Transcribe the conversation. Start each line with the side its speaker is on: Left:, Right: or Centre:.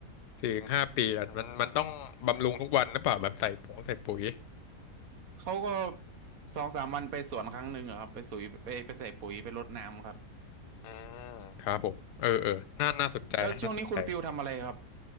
Left: สี่ถึงห้าปีอะมันมันต้องบำรุงทุกวันหรือเปล่าแบบใส่ผงใส่ปุ๋ย
Right: เขาก็สองสามวันไปสวนครั้งหนึ่งอะครับไปสุยไปไปใส่ปุ๋ยไปรดน้ำครับ
Left: อืมครับผมเออเออน่าน่าสนใจนะน่าสนใจ
Right: แล้วช่วงนี้คุณฟิลทำอะไรครับ